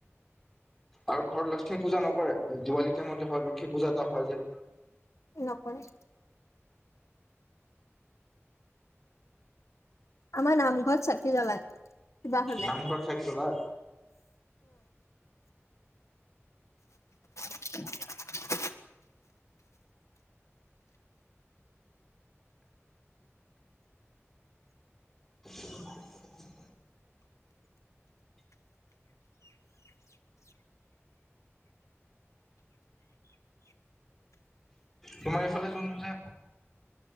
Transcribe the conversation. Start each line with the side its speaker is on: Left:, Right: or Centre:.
Centre: আৰু ঘৰত লক্ষ্মী পূজা নকৰে দিৱালী টাইমত যে হয় লক্ষ্মী পূজা এটা হয় যে?
Left: নকৰে আমাৰ নামঘৰত চাকি জ্বলাই কিবা হ'লে।
Centre: নামঘৰত চাকি জ্বলাই
Left: <inaudible>
Centre: <inaudible> তোমাৰ এইফালে যোনটো যে